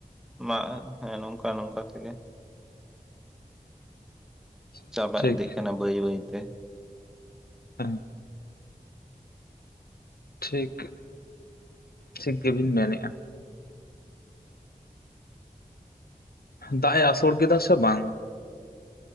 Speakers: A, in the centre; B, on the left.
A: ᱢᱟᱜ, ᱦᱮᱸ ᱱᱚᱝᱠᱟ ᱱᱚᱝᱠᱟ ᱛᱮᱜᱮ
B: <inaudible>
A: ᱪᱟᱵᱟ
B: ᱴᱷᱤᱠ
A: ᱤᱫᱤᱜ ᱠᱟᱱᱟ ᱵᱟᱹᱭ ᱵᱟᱹᱭ ᱛᱮ
B: ᱦᱮᱸ <inaudible> ᱴᱷᱤᱠ ᱴᱷᱤᱠ ᱜᱮᱵᱤᱱ ᱢᱮᱱᱮᱫᱼᱟ᱾ ᱫᱟᱜ ᱮ ᱟᱥᱚᱲ ᱠᱮᱫᱟ ᱥᱮ ᱵᱟᱝ?